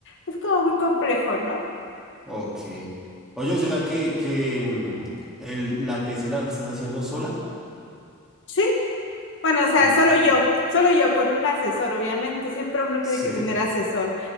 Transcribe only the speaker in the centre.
Ok. Oye, o sea que, que mm, el- la tesis la estás haciendo sola.
Uf,
genial.
Sí.